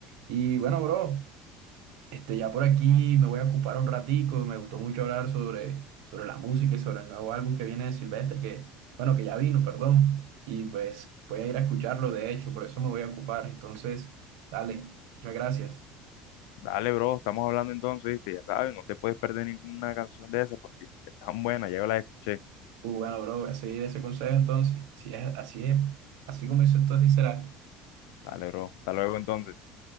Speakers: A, on the right (about 75°); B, on the left (about 85°).
A: Y bueno, bro, este, ya por aquí me voy a ocupar un ratico, me gustó mucho hablar sobre, sobre la música y sobre el nuevo álbum que viene de Silvestre, que, bueno, que ya vino, perdón, y pues voy a ir a escucharlo, de hecho, por eso me voy a ocupar, entonces, dale, muchas gracias.
B: Dale, bro, estamos hablando entonces, ¿viste? Ya sabes, no te puedes perder ninguna canción de esa porque es tan buena, ya la escuché.
A: Uh, bueno, bro, voy a seguir ese consejo entonces. Si es así, es, así como dices tú, así será.
B: Dale, bro, hasta luego entonces.